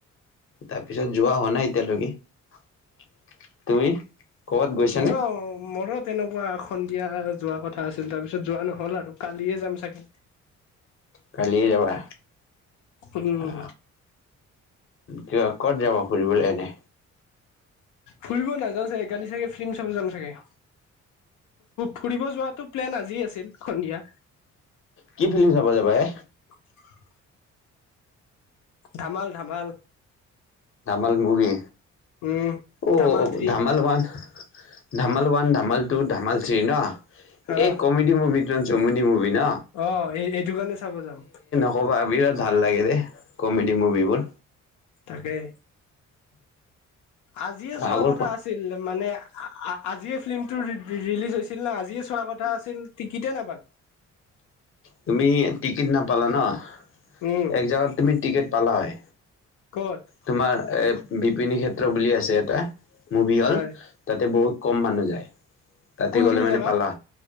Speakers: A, on the left (about 45°); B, on the left (about 85°).
A: তাৰপিছত যোৱা হোৱা নাই এতিয়ালৈকে তুমি। কৰ'বাত গৈছানে
B: মোৰ মোৰ তেনেকুৱা সন্ধিয়া যোৱা কথা আছিল তাৰ পিছত যোৱা নহল আৰু কালিয়ে যাম চাগে।
A: কালি যাবা
B: উম,
A: অ। ক ক'ত যাব ফুৰিবলৈ এনে।
B: ফুৰিব নাযাওঁ চাগে কালি চাগে ফিল্ম চাব যাম চাগে। ফুৰিব যোৱাটো প্লেন আজি আছিল সন্ধিয়া।
A: কি ফিল্ম চাব যাবা হে।
B: <inaudible> ধামাল ধামাল।
A: ধামাল মুভি
B: উম।
A: অ',
B: Dhamaal three
A: Dhamaal one. Dhamaal one Dhamaal two Dhamaal three ন
B: অ
A: এই কমেডি মুভিটো যমুনিী মুভি ন।
B: অ', এই এইটো কাৰণে চাব যাম।
A: ক'বা বিৰাট ভাল লাগে দেেই কমেডি মুভিবোৰ।
B: তাকেই আজিয়ে চোৱা
A: আগৰ
B: কথা
A: পৰা
B: আছিল মানে। আজিয়ে ফিল্মটো ৰিলিজ হৈছিল না আজিয়ে চোৱা কথা আছিল টিকেট এই নেপাল।
A: তুমি টিকেট নাপালা ন'
B: উম।
A: এক জোগাত তুমি টিকেট পালা হয়।
B: ক'ত।
A: তোমাৰ এ বিপিনী ক্ষেত্ৰ বুলি আছে এটা। মুভি হল
B: হয়
A: তাতে বহুত কম মানুহ যায় তাতে
B: কোনখিনি
A: গ'লে মানে
B: জেগাত
A: পালা